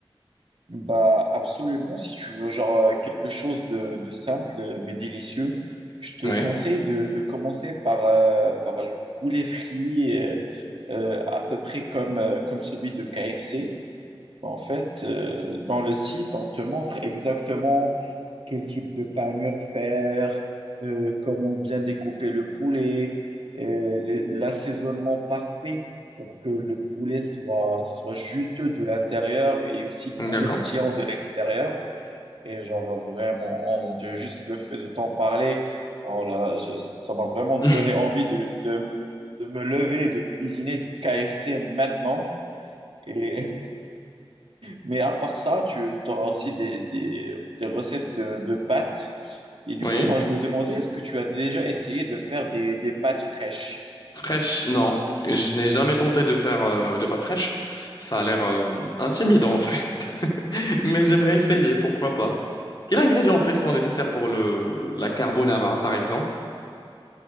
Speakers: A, on the right; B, on the left.
A: Bah, absolument. Si tu veux genre, euh, quelque chose de, de simple euh, mais délicieux, je te
B: Oui,
A: conseille de, de commencer par, euh, par le poulet frit, euh, euh, à peu près comme, euh, comme celui de KFC. En fait, euh, dans le site, on te montre exactement quel type de panure faire, euh, comment bien découper le poulet, euh, le- l'assaisonnement parfait pour que le poulet soit, soit juteux de l'intérieur et aussi
B: d'accord.
A: croustillant de l'extérieur. Et genre vraiment, oh mon Dieu, juste le fait de t'en parler, oh là là, je- ça m'a vraiment
B: <laughs>
A: donné envie de, de, de me lever et de cuisiner du KFC maintenant. Et mais à part ça, tu auras aussi des, des- des recettes de, de pâtes. Et du
B: Oui.
A: coup, moi, je me demandais, est-ce que tu as déjà essayé de faire des, des pâtes fraîches?
B: Fraîche, non. Je n'ai jamais tenté de faire euh, des pâtes fraîches. Ça a l'air euh, intimidant, en fait. <laughs> Mais j'aimerais essayer, pourquoi pas. Quels ingrédients, en fait, sont nécessaires pour le... la carbonara, par exemple?